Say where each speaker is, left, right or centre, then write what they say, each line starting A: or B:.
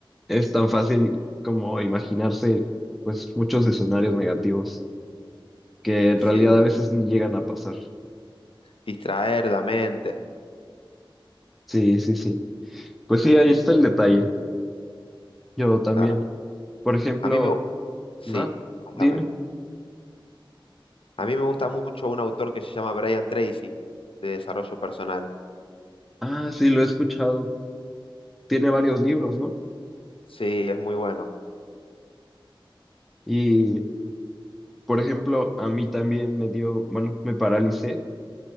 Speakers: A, in the centre; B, on the left.
A: es tan fácil como imaginarse, pues, muchos escenarios negativos. que en
B: Sí.
A: realidad a veces ni llegan a pasar.
B: Distraer la mente.
A: Sí, sí, sí. Pues sí, ahí está el detalle. Yo también.
B: Claro.
A: Por ejemplo,
B: A mí me... gu- Sí,
A: no,
B: contame.
A: dime.
B: A mí me gusta mucho un autor que se llama Brian Tracy, de desarrollo personal.
A: Ah, sí, lo he escuchado. Tiene varios libros, ¿no?
B: Sí, es muy bueno.
A: Y, por ejemplo, a mí también me dio, bueno, me paralicé